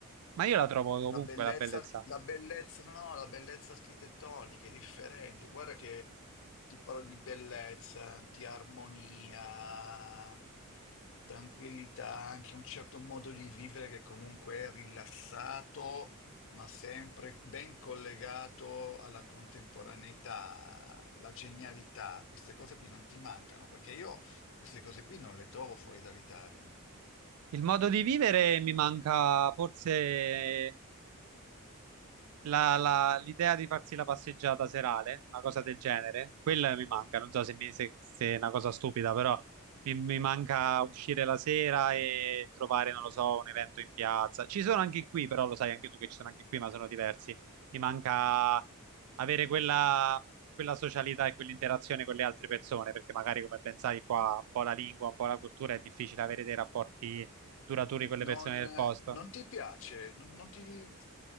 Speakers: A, on the right; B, on the left.
A: Ma io la trovo
B: La
A: ovunque
B: bellezza,
A: la bellezza.
B: archi- la bellezza, no, la bellezza architettonica è differente. Guarda che ti parlo di bellezza, di armonia, tranquillità, anche un certo modo di vivere che comunque è rilassato, ma sempre ben collegato alla contemporaneità, la genialità. Queste cose qui non ti mancano, perché io queste cose qui non le trovo fuori dall'Italia.
A: Il modo di vivere mi manca forse la- la- l'idea di farsi la passeggiata serale, una cosa del genere, quella mi manca. Non so se, mi- se- se è una cosa stupida, però mi, mi manca uscire la sera e trovare, non lo so, un evento in piazza. Ci sono anche qui, però lo sai anche tu che ci sono anche qui, ma sono diversi. Mi manca avere quella, quella socialità e quell'interazione con le altre persone, perché magari, come ben sai, qua un po' la lingua, un po' la cultura è difficile avere dei rapporti duraturi con
B: Non,
A: le persone del posto.
B: non ti piace, non, non ti,